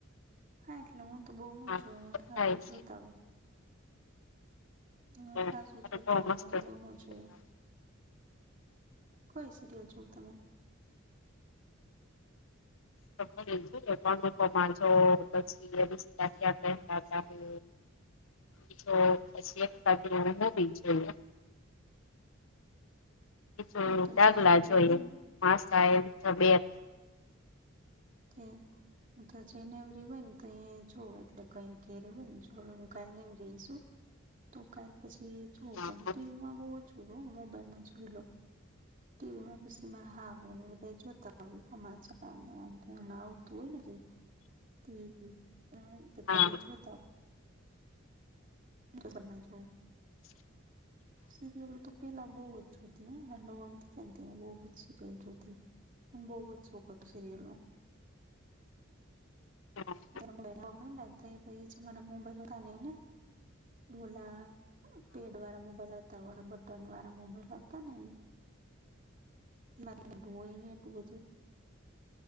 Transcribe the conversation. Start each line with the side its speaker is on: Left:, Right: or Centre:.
Right: હા એટલે હું તો બહુ ન
Left: થાય
Right: જોઉ હાહુ જોતા
Left: છે
Right: હોય.
Left: બહુ
Right: અ ખાસું જોતા હોય
Left: મસ્ત
Right: અમે
Left: સિરિયલ
Right: બો ન જોઈએ.
Left: આવે.
Right: કોઈ સિરિયલ જોુવ તમે?
Left: તો ક જોઈએ પણમાં જો પછી રિસ્તા ક્યા પહેલાતા હે બ પી એક જોઈએ જું
Right: હું તો
Left: દાગલા
Right: જેને એવરી
Left: જોઈએ.
Right: હોય ને
Left: માસ્ એ તબિયત
Right: કે હ તો જેઈ નેવ રે હોય ને તો છોડ એટલે ક ઘેરી હોય ને છડ હું કા ને રહીશું તો કાઉ પછી જુ
Left: હા
Right: પણ ટીવીમાં બહુ છું મોબાઈલમાં જોઈ લો ટીવી માં પછી મારે હાહુ ને બધા જોત તમાચમ ના આવ તોું હોયને કે <unintelligible> બધા
Left: હા
Right: એ જોતા તમ તો સમા છો
Left: <unintelligible>
Right: સિરિય લ તો પેલા બહુ જ જોતી ઘનને બહ જ સિરિયલ જોતી <unintelligible> બહુ જ સોખ હતો સિરિયલ નો
Left: હા
Right: <unintelligible> મારા મોબાઈલ કાને ના ડોલા પેડ વાળા મોબાઈલ આવ હતા હોરા બટન વાળા મોબાઈલ હતા નેઈ. એ હોય ને એટું બધું